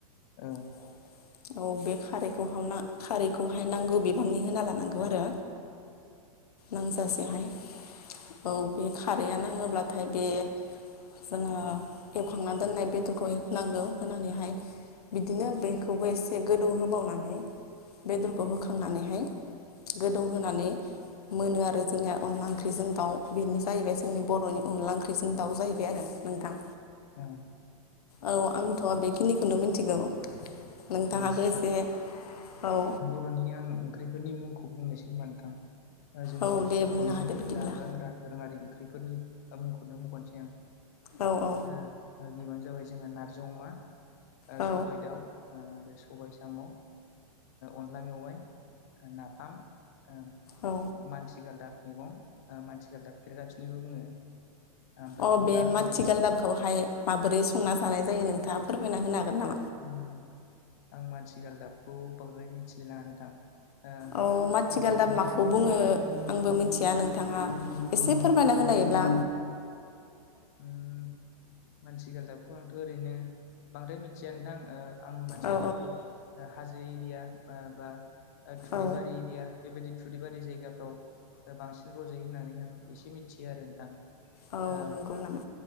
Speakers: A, on the left (about 25°); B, on the left (about 85°).
A: औ
B: <inaudible> औ बे खारैखौ खारैखौहाय नांगौ बिबांनि होना लानांगौ आरो नांजासेहाय औ बे खारैआ नाङोब्लाथाय बे जोङो एवखांना दोननाय बेदरखौ होनांगौ होनानैहाय बिदिनो बेखौबो एसे गोदौ होबावनानै बेदरखौ होखांनानैहाय गोदौहोनानै मोनो आरो जोंनिया अनला ओंख्रिजों दाउ बेनो जाहैबाय जोंनि बर'नि अनला ओंख्रिजों दाउ जाहैबाय आरो नोंथां
A: औ
B: औ आंथ' बेखिनिखौनो मिथिगौ नोंथाङाबो
A: आरो
B: एसे औ
A: मानि आं ओंख्रिफोरनि मुंखौ बुंनोसै नोंथां जोंनि
B: औ दे बुंना
A: बर'नि
B: होदो बिदिब्ला
A: जाग्र लोंग्रा दोरोङारि ओंख्रिफोरनि मुंखौनो मख'नोसै आं
B: औ औ
A: ओ ओ गिबियावनो जाबाय जोंहा नारजि अमा ओ
B: औ
A: सबाइ दाउ ओ बे सबाय साम', ओ अनला मेवाइ, नाफाम ओ
B: औ
A: माथिगालदाब मैगं ओ माथिगालदाबखौ खेरदाफिनिबो बुङो ओमफ्राय
B: अ
A: खुमब्रा
B: बे
A: हांसो
B: माथिगालदाबखौहाय माबोरै संना जानाय जायो नोंथाङा फोरमायना होनो हागोन नामा?
A: उम आं मानसिगालदाबखौ बांद्राय मिथिलाय लाङा नोथां ओ
B: औ माथिगालदाब
A: जिखुनु
B: माखौ
A: जाया
B: बुङो आंबो मिथिया नोंथाङा एसे
A: औ
B: फोरमायना होनायब्ला
A: उम मानसिगालबखौ आंथ' ओरैनो बांद्राय मिथिया नोंथां ओ आं माथि
B: औ
A: गालदाबखौ हाजो एरिया बा बा ओ थुरिबारि
B: औ
A: एरिया बेबायदि थुरिबारि जायगाफ्राव बांसिन रज'यो होननानै आं एसे मिथियो आरो नोंथां
B: औ
A: ओ
B: नंगौ नामा?